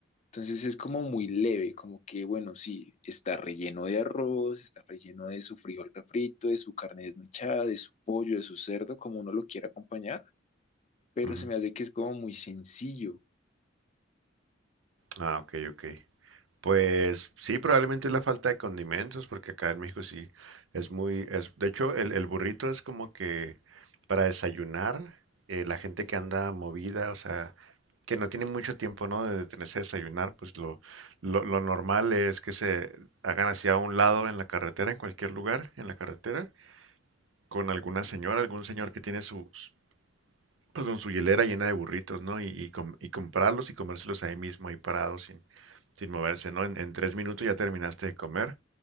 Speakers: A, on the left; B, on the right.
A: Entonces es como muy leve, como que, bueno, sí, está relleno de arroz, está relleno de su frijol refrito, de su carne desmechada, de su pollo, de su cerdo, como uno lo quiera acompañar, pero
B: Ujú.
A: se me hace que es como muy sencillo
B: Ah, ok, ok. Pues sí, probablemente es la falta de condimentos, porque acá en México sí es muy, es, de hecho, el, el burrito es como que para desayunar, eh, la gente que anda movida, o sea, que no tiene mucho tiempo, ¿no? De detenerse a desayunar, pues lo, lo, lo normal es que se hagan hacia un lado en la carretera, en cualquier lugar, en la carretera con alguna señora, algún señor que tiene su, su- perdón, su hielera llena de burritos, ¿no? Y, y com- y comprarlos y comérselos ahí mismo, ahí parados, sin, sin moverse, ¿no? En, en tres minutos ya terminaste de comer